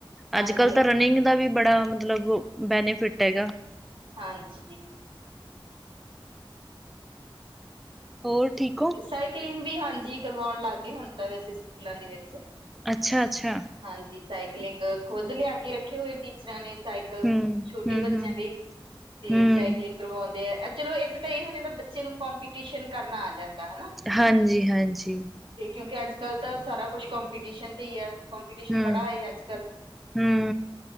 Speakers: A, on the right; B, in the centre.
A: ਹਾਂਜੀ
B: ਅੱਜ-ਕੱਲ ਤਾਂ
A: ਹਾਂਜੀ
B: ਰਨਿੰਗ ਦਾ ਵੀ ਬੜਾ, ਮਤਲਬ ਬੈਨੀਫਿਟ ਹੈਗਾ।
A: ਹਾਂਜੀ।
B: ਹੋਰ, ਠੀਕ ਓਂ?
A: ਸਾਈਕਲੀੰਗ ਵੀ ਹਾਂਜੀ ਕਰਵਾਉਣ ਲੱਗ ਗਏ, ਹੁਣ ਤਾਂ ਵੈਸੇ ਸਕੂਲਾਂ ਦੇ ਵਿੱਚ।
B: ਅੱਛਾ-ਅੱਛਾ।
A: ਹਾਂਜੀ, ਸਾਈਕਲਿੰਗ ਖੁਦ ਲਿਆਕੇ ਰੱਖੇ ਹੋਏ ਟੀਚਰਾਂ ਨੇ ਸਾਈਕਲ।
B: ਹਮ
A: ਛੋਟੇ
B: ਹਮ
A: ਬੱਚਿਆਂ
B: ਹਮ
A: ਲਈ, ਤੇ
B: ਹਮ
A: ਸਾਈਕਲਿੰਗ ਕਰਵਾਉਂਦੇ ਆ। ਚਲੋ ਇੱਕ ਤਾ ਇਹ ਹੋ ਜਾਂਦਾ, ਬੱਚੇ ਨੂੰ ਕੋਂਪੀਟੀਸ਼ਨ ਕਰਨਾ ਆ ਜਾਂਦਾ ਹਨਾ।
B: ਹਾਂਜੀ-ਹਾਂਜੀ।
A: ਤੇ, ਕਿਉਂਕਿ ਅੱਜ-ਕੱਲ ਤਾਂ ਸਾਰਾ ਕੁਛ ਕੌਂਪੀਟੀਸ਼ਨ ਤੇ ਹੀ ਆ, ਕੋਂਪੀਟੀਸ਼ਨ
B: ਹਮ
A: ਬੜਾ ਹਾਈ ਆ। ਅਜ-ਕੱਲ
B: ਹਮ